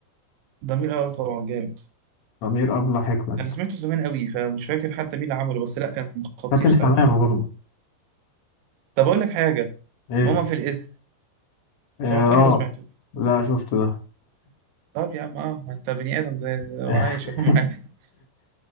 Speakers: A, on the right (about 75°); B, on the left (about 85°).
A: ضمير أه طبعا جامد
B: ضمير أبلة حكمت
A: أنا سمعته زمان قوي فمش فاكر حتى مين اللي عمله بس لأ كان خطير
B: فاتن
A: ساعتها
B: حمامة برضه
A: طب أقول لك حاجة
B: ايه
A: ماما في الاسم
B: اه
A: طب تقولي
B: آه.
A: ما سمعتوش
B: لا شفت ده
A: طب يا عم أه ما أنت بني آدم زي
B: <laughs>
A: وعايش أهو معانا <laughs>